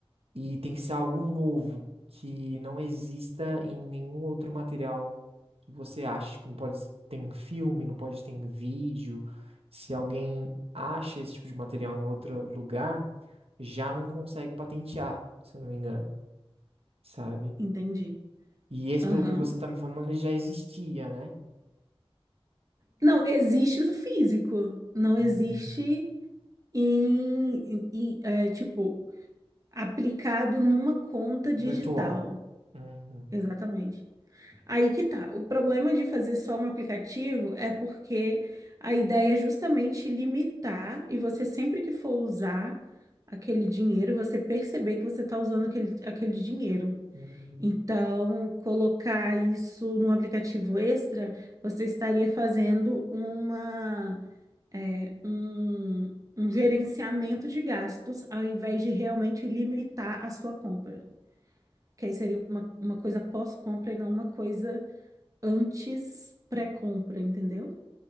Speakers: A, on the right (about 75°); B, on the right (about 35°).
A: E tem que ser algo novo, que não exista em nenhum outro material que você ache. Tipo, não pode ter em filme, não pode ter em vídeo. Se alguém acha esse tipo de material em outro lugar, já não consegue patentear, se eu não me engano, sabe?
B: entendi.
A: E esse,
B: Aham.
A: pelo que você tá me falando, ele já existia, né?
B: Não, existe do físico, não
A: Uhum.
B: existe em, em- em, é, tipo. Aplicado numa conta digital.
A: Virtual. Uhum.
B: Exatamente. Aí que tá. O problema de fazer só um aplicativo é porque a ideia é justamente limitar e você sempre que for usar aquele dinheiro, você perceber que você está usando aquele, aquele dinheiro.
A: Hum.
B: Então, colocar isso num aplicativo extra, você estaria fazendo uma, é, um, um gerenciamento de gastos ao invés de realmente limitar a sua compra que aí seria uma, uma coisa pós-compra e não uma coisa antes pré-compra, entendeu?